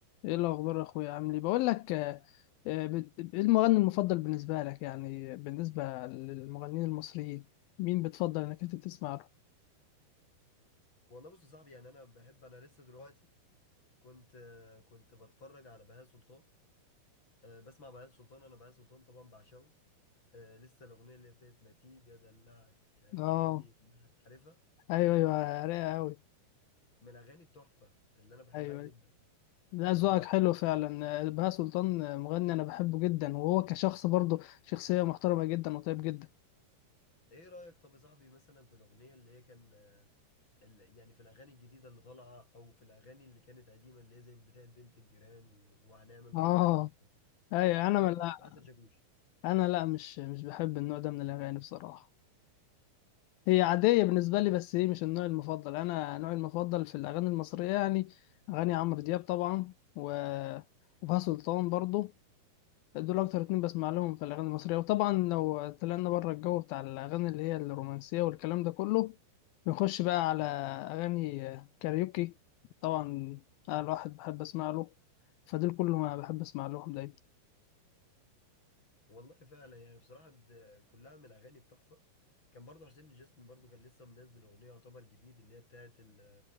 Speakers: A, on the left (about 80°); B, on the left (about 30°).
A: ايه الاخبار يا اخويا عامل ايه بقول لك آه، آه، بت- ايه المغني المفضل بالنسبه لك يعني بالنسبه للمغنيين المصريين مين بتفضل انك انت تسمع له
B: والله بص يا صاحبي يعني انا بحب انا لسه دلوقتي كنت كنت بتفرج على بهاء سلطان أه، بسمع بهاء سلطان انا بهاء سلطان طبعا بعشقه أه، لسه الاغنيه اللي بتاعت ما تيجي ادلعك مش عارف
A: اه
B: ايه اللي يمنعك عارفها
A: ايوه ايوه رايقه قوي
B: من الاغاني التحفه اللي انا بحبها
A: ايوه
B: جدا
A: أيوة. لا
B: بمعنى
A: ذوقك حلو
B: صح
A: فعلا آه، بهاء سلطان آه، مغني انا بحبه جدا وهو كشخص برضه شخصيه محترمه جدا وطيب جدا
B: ايه رايك طب يا صاحبي مثلا في الاغنيه اللي هي كان أه، ال- يعني في الاغاني الجديده اللي طالعه او في الاغاني اللي كانت قديمه اللي هي زي بتاعت بنت الجيران و- وهنعمل
A: اه
B: لخبطيط ده؟
A: ايوه انا
B: ايه
A: ما لا
B: رايك في عسل شاكوش
A: انا لا مش مش بحب النوع ده من الاغاني بصراحه هي عادية بالنسبة لي بس هي مش النوع المفضل أنا نوعي المفضل في الأغاني المصرية يعني أغاني عمرو دياب طبعا و... وبهاء سلطان برضو دول أكتر اتنين بسمع لهم في الأغاني المصرية وطبعا لو طلعنا بره الجو بتاع الأغاني اللي هي الرومانسية والكلام ده كله بنخش بقى على أغاني كاريوكي طبعا أنا الواحد بحب أسمع له فدول كلهم أنا بحب أسمع لهم دايما
B: والله فعلا يعني بصراحة ده كلها من الأغاني التحفة كان برضو حسين الجسمي برضو كان لسه منزل أغنية يعتبر جديد اللي هي بتاعت ال-